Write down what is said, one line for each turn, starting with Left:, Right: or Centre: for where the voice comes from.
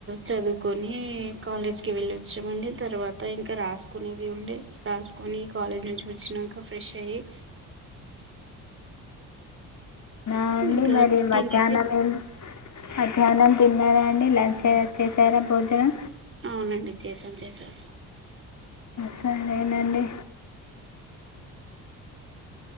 Right: చదువుకొని కాలేజ్కి వెళ్లిి వచ్చామండి తర్వాత ఇంకా రాసుకునేది ఉండే రాసుకొని కాలేజ్ నుంచి వచ్చినాక ఫ్రెష్ అయ్యి
Left: ఏవండీ
Right: ఇంకా
Left: మరి మధ్యాహ్నం
Right: తినేసి
Left: ఏం మధ్యానం తిన్నారా అండి లంచ్ అయ్యాక చేసారా భోజనం
Right: అవునండి చేసాం చేసాం
Left: సర్లేనండి